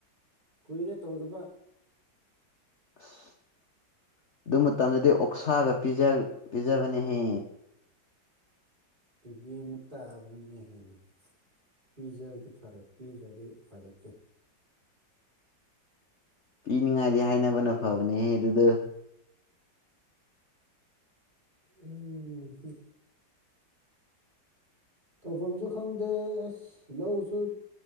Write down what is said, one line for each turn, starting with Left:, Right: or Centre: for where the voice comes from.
Right: ꯀꯨꯏꯔꯦ ꯇꯧꯗꯕ
Left: ꯑꯁ ꯑꯗꯨ ꯃꯇꯝꯗꯗꯤ ꯑꯣꯛꯁꯥꯒ ꯄꯤꯖꯕꯅꯦꯍꯦ
Right: ꯌꯦ ꯃ ꯇꯕ ꯀꯩꯅꯣ ꯄꯤꯖꯔꯗꯤ ꯐꯔꯦ ꯄꯤꯗ꯭ꯔꯗꯤ ꯎꯥꯏ ꯂꯩꯇꯦ
Left: ꯄꯤꯅꯤꯡꯉꯥꯏꯗꯤ ꯍꯥꯏꯅꯕꯅ ꯐꯕꯅꯦ ꯑꯗꯨꯗ
Right: ꯎꯝ ꯎꯝꯝ ꯇꯧꯐꯝꯁꯨ ꯈꯪꯗꯦ ꯑꯁ ꯂꯧꯎꯁꯨ